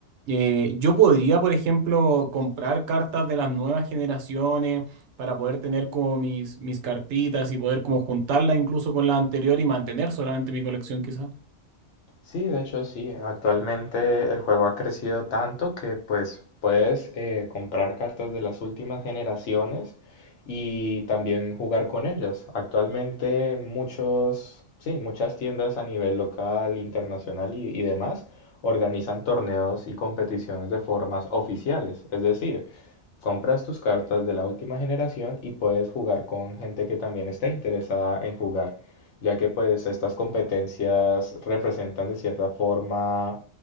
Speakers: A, on the right; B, on the left.
A: Eh, yo podría, por ejemplo, comprar cartas de las nuevas generaciones para poder tener como mis, mis cartitas y poder como juntarlas incluso con la anterior y mantener solamente mi colección quizás.
B: Sí, de hecho sí. Actualmente el juego ha crecido tanto que pues puedes eh, comprar cartas de las últimas generaciones y también jugar con ellas. Actualmente muchos, sí, muchas tiendas a nivel local, internacional y, y demás organizan torneos y competiciones de formas oficiales. Es decir, compras tus cartas de la última generación y puedes jugar con gente que también está interesada en jugar ya que pues estas competencias representan de cierta forma